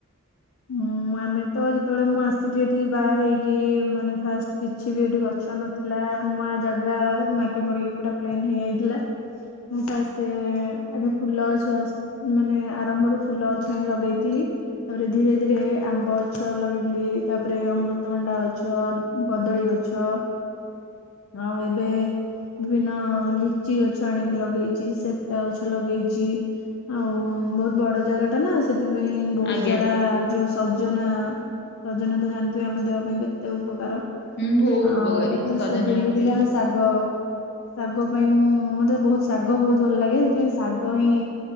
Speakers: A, on the left; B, on the left.
A: ହୁଁ। ଆମେ ତ ଯେତେବେଳେ ମୁଁ ଆସଥିଲି ଏଠିକି ବାହା ହେଇକି ମାନେ ଫାଷ୍ଟ କିଛି ବି ଏଠି ଗଛ ନ ଥିଲା ନୂଆ ଜାଗା ମାଟି ପଡିକି ପୁରା ପ୍ଲେନ ହେଇଯାଇଥିଲା। ମୁଁ ଫାଷ୍ଟ ଆଗ ଫୁଲ ଗଛ ମାନେ ଆରମ୍ଭରୁ ଫୁଲ ଗଛ ହିଁ ଲଗେଇଥିଲି। ତାପରେ ଧୀରେ ଧୀରେ ଆମ୍ବ ଗଛ ଲଗେଇଲି ତାପରେ ଅମୃତଭଣ୍ଡା ଗଛ କଦଳୀ ଗଛ। ଆଉ ଏବେ ବିଭିନ୍ନ ଲିଚି ଗଛ ଆଣିକି ଲଗେଇଛି ସେପ୍ଟା ଗଛ ଲଗେଇଛି। ଆଉ ବହୁତ ବଡ ଜାଗା ଟା ନା ସେଠି ସେଥିପାଇଁ ବହୁତ
B: ଆଜ୍ଞା
A: ସାରା ଯୋଉ ସଜନା ସଜନା ତ ଜାଣିଥିବେ ଆମ ଦେହ ପାଇଁ ଏତେ ଉପକାର
B: ହୁଁ ବହୁତ
A: ଆଉ
B: ଉପକାରୀ
A: ତ
B: ସଜନା
A: ସେ ଡେଲି ଡେଲି
B: ହୁଁ
A: ଆମେ ସା ଶ ଶାଗ ପାଇଁ ମୁଁ ମତେ ବହୁତ ଶାଗ ବହୁତ ଭଲ ଲାଗେ ସେଥିପାଇଁ ଶାଗ ହିଁ